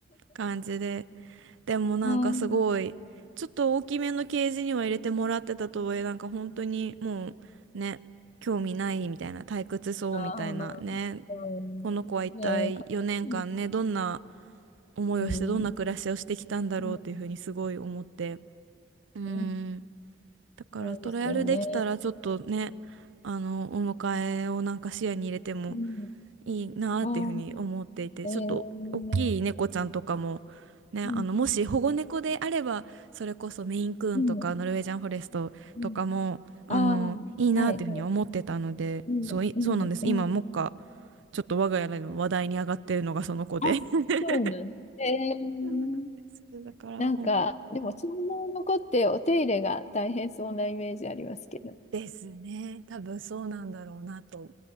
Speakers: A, on the right (about 75°); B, on the left (about 35°).
A: 感じで。でもなんかすごい、
B: ああ、うん。
A: ちょっと大きめのケージには入れてもらってたとはいえ、なんか本当にもうね、興味ないみたいな、退屈そうみたいなね、
B: ああ、うん。
A: この子は一体4年間ね、
B: ねえ、かわいいです。
A: どんな思いをして、
B: うん、
A: どんな暮らしをしてきたんだろうっていうふうにすごい思って。
B: うん、
A: うーん。
B: うん。
A: だからトライアルできたらちょっとね、
B: そうですよね。
A: あの、お迎えをなんか視野に入れても
B: うん。
A: いいなっていうふうに思っていて、
B: ああ、
A: ちょっと大きい猫ちゃんとかも、
B: ええ、うん、
A: ね、
B: うん、
A: あのもし保護猫であれば、それこそメインクーンとかノルウェージャンフォレストとかも、
B: うん、うん。ああ、
A: あの、いいなっていうふうに思ってたので、
B: はい、はい。うん、
A: そうい、
B: うん、
A: そうなんです。
B: うん。
A: 今、もっかちょっと我が家でも話題に上がってるのがその子で。
B: あ、
A: <laughs>
B: そうなの。えー、
A: そうなんです。だから、
B: なんか、
A: うん。
B: でも、
A: うん
B: そのまま残ってお手入れが大変そうなイメージありますけど。
A: ですね。多分そうなんだろうなと。